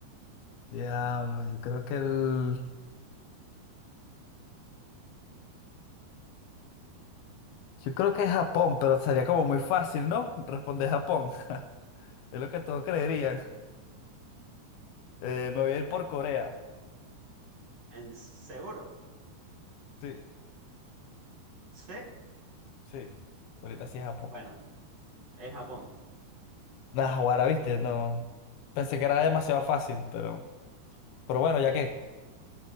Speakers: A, on the left; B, on the right.
A: Diablo, yo creo que el... Yo creo que es Japón, pero sería como muy fácil, ¿no? Responder Japón. <laughs> Es lo que todos creerían. Eh, me voy a ir por Corea.
B: ¿En seguro?
A: Sí,
B: ¿Sí?
A: sí. Ahorita sí es Japón.
B: Bueno, es Japón.
A: Da, ahora, viste, no. Pensé que era demasiado fácil, pero, pero bueno, ya que.